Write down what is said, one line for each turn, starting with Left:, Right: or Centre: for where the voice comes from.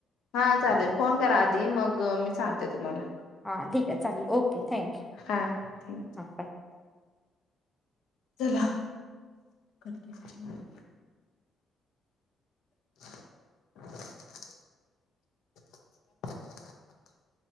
Left: हा चालेल फोन करा आद ते मग मी सांगते तुम्हाला
Centre: हा ठीकये चालेल ओके थँक्यु
Left: हा थँक्यू
Centre: हां बाय.
Left: चला करते <inaudible> <inaudible>